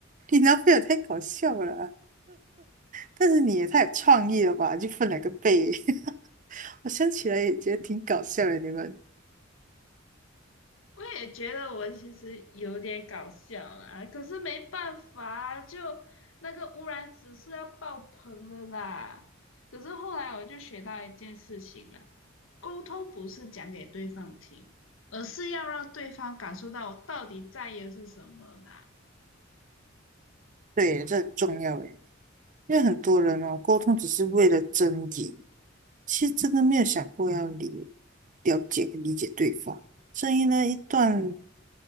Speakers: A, on the right; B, on the left.
A: 你男朋友太搞笑了啊，但是你也太有创意了吧，就分两个背，<laughs> 我想起来也觉得挺搞笑的，你们。
B: 我也觉得我其实有点搞笑啦，可是没办法，就那个污染指数要爆棚了啦。可是后来我就学到一件事情啦，沟通不是讲给对方听，而是要让对方感受到我到底在意的是什么啦。
A: 对，这很重要诶。因为很多人哦，沟通只是为了争赢，其实真的没有想过要理了解跟理解对方。所以呢，一段